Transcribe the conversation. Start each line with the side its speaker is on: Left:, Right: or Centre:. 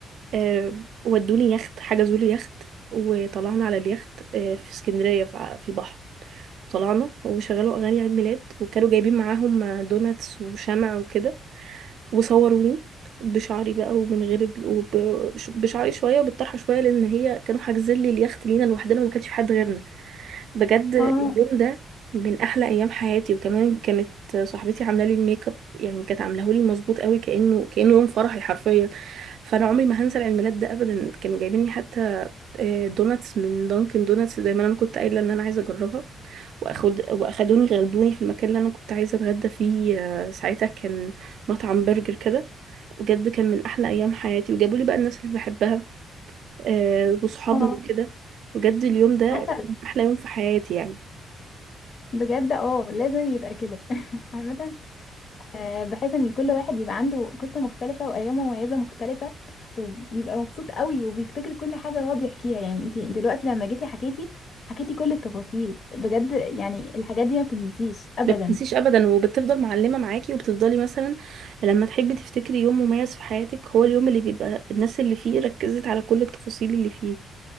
Right: آه ودوني يخت حجزوا لي يخت وطلعنا على اليخت آه في اسكندريه في في البحر طلعنا وشغلوا اغاني عيد ميلاد وكانوا جايبين معاهم دوناتس وشمع وكده وصوروني بشعري بقى ومن غير ال... وب... ش- بشعري شويه وبالطرحه شويه لان هي كانوا حاجزين لي اليخت لينا لوحدنا وما كانش في حد غيرنا بجد اليوم
Left: اه
Right: ده من احلى ايام حياتي وكمان كانت صاحبتي عامله لي الميك اب يعني كانت عاملاه لي مظبوط قوي كانه كانه يوم فرحي حرفيا فانا عمري ما هنسى العيد ميلاد ده ابدا كانوا جايبين لي حتى آه، دوناتس من دانكن دوناتس زي ما انا كنت قايله ان انا عايزه اجربها واخد واخدوني غدوني في المكان اللي انا كنت عايزه اتغدى فيه آه، ساعتها كان مطعم برجر كده بجد كان من احلى ايام حياتي وجابوا لي بقى الناس اللي بحبها آه وصحابنا
Left: اه
Right: وكده بجد اليوم ده
Left: عسل
Right: كان احلى يوم في حياتي يعني
Left: بجد اه لازم يبقى كده <laughs> عامة آه، بحيث ان كل واحد بيبقى عنده قصة مختلفة وايام مميزة مختلفة وبيبقى مبسوط قوي وبيفتكر كل حاجة هو بيحكيها يعني انت دلوقتي لما جيتي حكيتي حكيتي كل التفاصيل بجد يعني الحاجات دي ما بتنسيش ابدا
Right: ما بتنسيش ابدا وبتفضل معلمه معاكي وبتفضلي مثلا لما تحبي تفتكري يوم مميز في حياتك هو اليوم اللي بيبقى الناس اللي فيه ركزت على كل التفاصيل اللي فيه